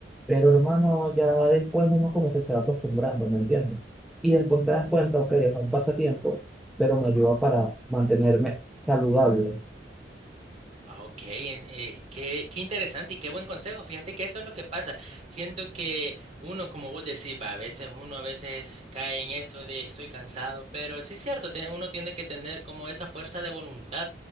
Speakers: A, in the centre; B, on the right.
A: Pero hermano, ya después uno como que se va acostumbrando, ¿me entiendes? Y después te das cuenta, ok, es un pasatiempo pero me ayuda para mantenerme saludable.
B: Ah, ok, en- eh, qué, qué interesante y qué buen consejo. Fíjate que eso es lo que pasa. Siento que uno, como vos decís, va, a veces uno a veces cae en eso de estoy cansado, pero sí es cierto, te- uno tiene que tener como esa fuerza de voluntad